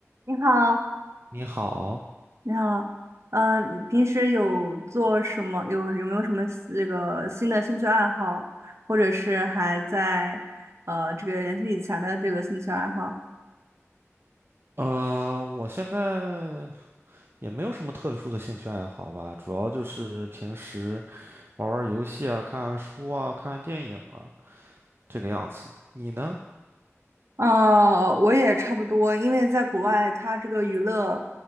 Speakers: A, on the right (about 65°); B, on the right (about 50°).
A: 你好，
B: 你好，
A: 你好，嗯、你平时有做什么？有有没有什么那个新的兴趣爱好，或者是还在呃这个延续以前的这个兴趣爱好？
B: 呃，我现在也没有什么特殊的兴趣爱好吧，主要就是平时玩玩游戏啊、看看书啊、看看电影啊，这个样子的。你呢？
A: 呃，我也差不多，因为在国外，它这个娱乐